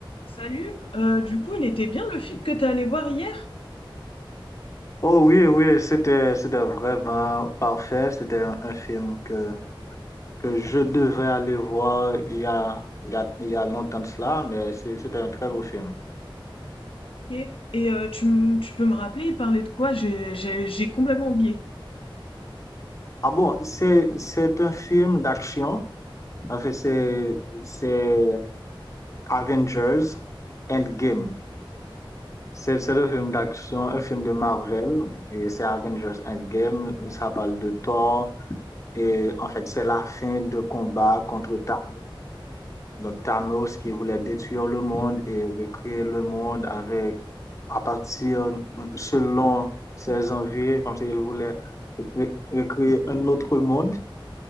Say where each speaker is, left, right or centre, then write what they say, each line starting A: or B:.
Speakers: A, on the left; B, on the left.
A: Salut, euh, du coup, il était bien le film que t'es allé voir hier?
B: Oh oui, oui, c'était, c'était vraiment parfait. C'était un, un film que, que je devrais aller voir il y a, il y a, il y a longtemps de cela, mais c'est- c'était un très beau film.
A: Ok. Et euh, tu, m- tu peux me rappeler, il parlait de quoi? J'ai j'ai- j'ai complètement oublié.
B: Ah bon, c'est, c'est un film d'action. En fait, c'est, c'est Avengers Endgame. C'est, c'est le film d'action, un film de Marvel, et c'est Avengers Endgame. Ça parle de Thor, et en fait, c'est la fin de combat contre Thanos. Donc Thanos qui voulait détruire le monde et recréer le monde avec, à partir, selon ses envies, comme s'il voulait recréer un autre monde.